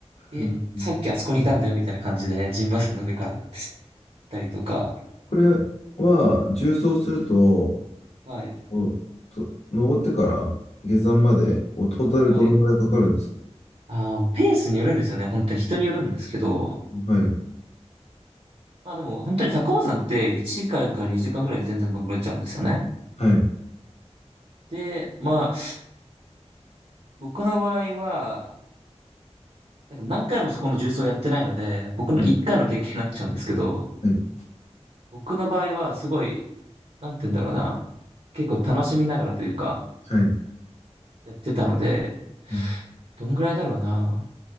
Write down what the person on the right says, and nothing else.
え、
さっきあそこにいたんだよみたいな感じで、
ジンバさんの上から行ったりとか、
はい、
はい。あーペースによるんですよね。本当に人によるんですけど、
まあでも、本当に高尾山って1時間かんから2時間ぐらいで全然登れちゃうんですよね。
で、まあ、僕の場合は、なんか何回もそこの重曹やってないので、僕の1回の経験になっちゃうんですけど、
僕の場合はすごい、なんて言うんだろうな。結構楽しみながらというか、
やってたので、
どんぐらいだろうな。